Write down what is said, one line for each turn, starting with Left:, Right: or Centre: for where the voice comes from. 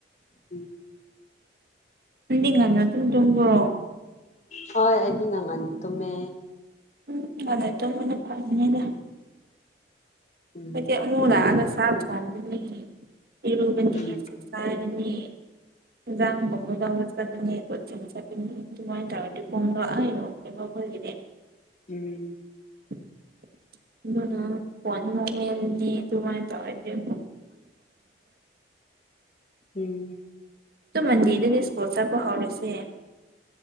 Left: ꯎꯝ
Right: ꯗꯤ ꯉ ꯑꯗꯨ ꯇꯣꯡꯣ
Left: ꯍꯣꯏ ꯑꯗꯨꯗꯤ ꯉ ꯑꯉꯥꯟꯅꯤꯠꯇꯃꯦ
Right: ꯎꯝ ꯐꯅꯥꯏꯠꯇꯣ ꯃꯅ ꯐꯉꯗ
Left: ꯎꯝ
Right: ꯑꯩꯣꯏꯠꯇ ꯑꯃꯃ ꯂ ꯍꯥꯏꯒ ꯁꯥꯐ ꯈꯗꯅꯤ ꯄꯤꯔꯨꯕꯅꯤ
Left: ꯎꯝ
Right: ꯁꯁꯥꯥꯏꯅꯤ ꯥꯥꯡꯒꯕꯨꯗꯎꯕꯨꯁꯗꯗ ꯀꯣ ꯆꯤꯡꯆꯥꯦ ꯃꯥꯏꯟ ꯇꯔꯗꯤꯄꯉꯡꯂꯣ ꯑꯏꯣ ꯈꯣꯏꯒꯗꯤ
Left: ꯎꯝ
Right: <unintelligible> ꯃꯗꯤ ꯇꯃꯥꯏ ꯇꯧꯋꯥꯦ ꯌ
Left: ꯎꯝ
Right: ꯃꯟꯖꯦꯗꯗꯤ ꯏꯁꯄꯣꯠꯁꯕꯨ ꯍꯧꯥꯎꯔꯁꯦ